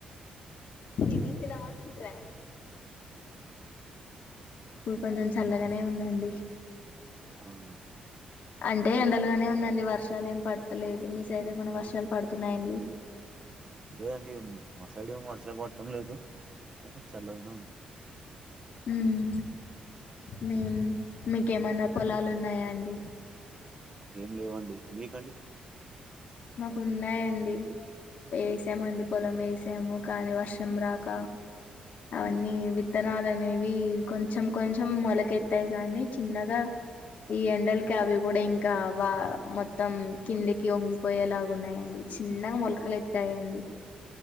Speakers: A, on the left (about 65°); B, on the right (about 35°).
A: ఇది సినిమాస్కుంటిరా ఇప్పుడు కొంచెం చల్లగనే ఉందండి
B: ఆహా
A: అంటే ఎండలుగానే ఉందండి వర్షాలు ఏం పడ్తలేదు మీ సైడ్ ఏమనా వర్షాలు
B: ఆ
A: పడుతున్నాయండి
B: లేదండి మా సైడ్ ఏం వర్షాలు పట్టం లేదు చల్లగనే ఉంది
A: మ్మ్ మేం మీకేమన్నా పొలాలున్నయా అండి
B: ఏం లేవండి మీకండి
A: మాకు ఉన్నాయండి వేసామండి పొలం వేసాము కానీ వర్షం రాక అవన్నీ విత్తనాలనేవి కొంచెం కొంచెం మొలకెత్తాయి గానీ చిన్నగా ఈ ఎండల్కి అవి గూడా ఇంకా వా మొత్తం కిందికి ఒంగి పొయేలాగు ఉన్నాయండి చిన్నగా మొలకలు ఎత్తాయండి